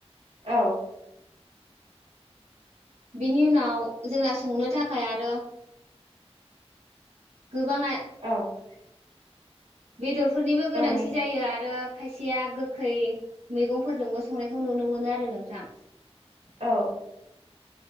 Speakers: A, on the right; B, on the right.
A: औ।
B: बेनि उनाव जोंना संनो थाखाय आरो। गोबाङा
A: औ
B: बेदरफोरनिबो गोनांथि
A: नों
B: जायो आरो। खायसेया गोखै मैगंफोरजोंबो संनायखौ नुनो मोनो आरो नोंथां
A: औ